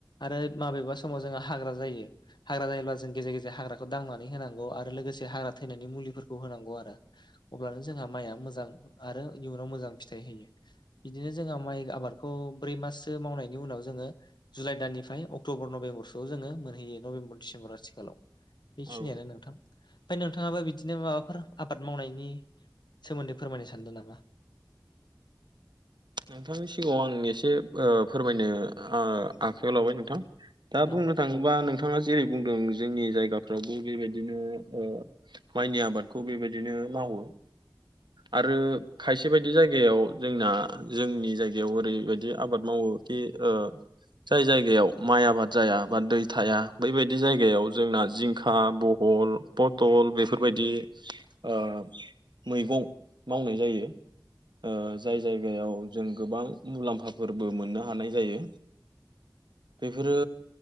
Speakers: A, on the left; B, on the right.
A: आरो माबेबा समाव जोङा हाग्रा जायो हाग्रा जायोब्ला जों गेजेर गेजेर हाग्राखौ दांनानै होनांगौ आरो लोगोसे हाग्रा थैनायनि मुलि फो फोरखौ होनांगौ आरो। अब्लानो जोंहा माइआ मोजां आरो इयुनाव मोजां फिथाइ होयो बिदिनो जोंहा माइ आबादखौ ब्रै माससो मावनायनि उनाव जोङो जुलाइ दाननिफ्राय अक्ट'बर नभेम्बरसोआव जोङो मोनहै यो नभेम्बर डिसेम्बर आथिखालाव बेखिनियानो
B: औ
A: नोंथां ओमफ्राय नोंथाङाबो बिदिनो माबाफोर आबाद मावनायनि सोमोन्दै फोरमायनो सानदों नामा?
B: नोंथांनि सिगाङाव आं एसे ओ फोरमायनो ओ आखायाव लाबाय नोंथां। दा बुंनो
A: औ
B: थाङोबा नोंथाङा जेरै बुंदों जोंनि जायगा फ्रावबो बेबायदिनो ओ माइनि आबादखौ बेबायदिनो मावो। आरो खायसे बायदि जायगायाव जोंना जोंनि जायगायाव ओरैबायदि आबाद मावो खि ओ जाय जायगायाव माइ आबाद जाया बा दै थाया बैबायदि जायगायाव जोंना जिंखा बह बहल पथल बेफोरबायदि ओ मैगं मावनाय जायो। ओ जाय जाय गायाव जों गोबां मुलाम्फाफोरबो मोननो हानाय जायो। बेफोरो